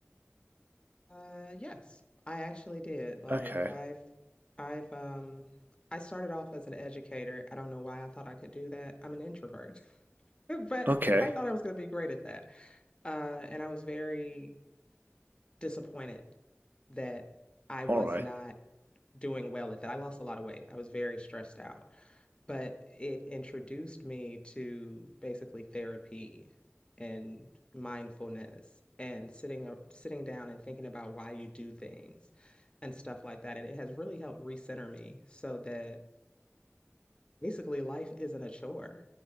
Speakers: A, on the left (about 20°); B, on the right (about 40°).
A: Uh, yes, I actually did. Like
B: Okay.
A: I've I've um I started off as an educator. I don't know why I thought I could do that. I'm an introvert, <laughs> but
B: Okay.
A: I thought I was going to be great at that. Uh, and I was very disappointed that I was
B: All right.
A: not doing well at that. I lost a lot of weight. I was very stressed out but it introduced me to basically therapy and mindfulness and sitting sitting down and thinking about why you do things and stuff like that. And it has really helped recenter me so that basically life isn't a chore,